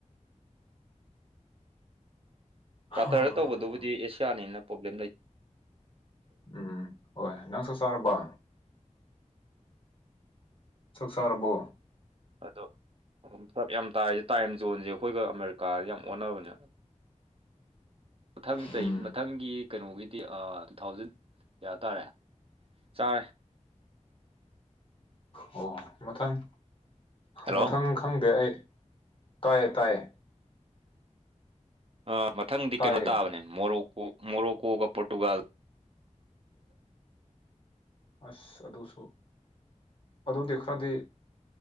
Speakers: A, on the right; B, on the left.
A: ꯀꯇꯔꯗ
B: ꯍꯥ
A: ꯇꯧꯕꯗꯨꯕꯨꯗꯤ ꯑꯦꯁꯤꯌꯥꯅꯦꯅ ꯄ꯭ꯔꯣꯕ꯭ꯂꯦꯝ ꯂꯩ
B: ꯎꯝ ꯍꯣꯏ ꯅꯪ ꯆ ꯆꯥꯔꯕ ꯁꯛꯁꯥꯔꯔꯕꯣ
A: ꯑꯗꯣ ꯁꯛ ꯌꯥꯝ ꯇꯥꯏꯁꯦ ꯇꯥꯏꯝ ꯖꯣꯟꯁꯦ ꯑꯩꯈꯣꯏꯒ ꯑꯃꯦꯔꯤꯀꯥꯗ ꯌꯥꯝ ꯑꯣꯟꯅꯕꯅꯦ ꯃꯊꯪ
B: ꯎꯝ
A: ꯆꯩ ꯃꯊꯪꯒꯤ ꯀꯩꯅꯣꯒꯤꯗꯤ ꯇꯨ ꯊꯥꯎꯖꯟ ꯌꯥ ꯇꯥꯔꯦ ꯆꯥꯔꯦ
B: ꯑꯣ ꯃꯊꯪ
A: ꯍꯜꯂꯣ
B: ꯃꯊꯪ ꯈꯪꯗꯦ ꯑꯩ ꯇꯌꯦ ꯇꯌꯦ
A: ꯑ ꯃꯊꯪꯗꯤ
B: ꯇꯥꯏꯌꯦ
A: ꯀꯩꯅꯣ ꯇꯥꯕꯅꯦ ꯃꯣꯔꯣꯛ ꯃꯔꯣ ꯀꯒ ꯄꯒꯒ
B: ꯑꯁ ꯑꯗꯨꯁꯨ ꯑꯗꯨ ꯗꯈ꯭ꯔꯗꯤ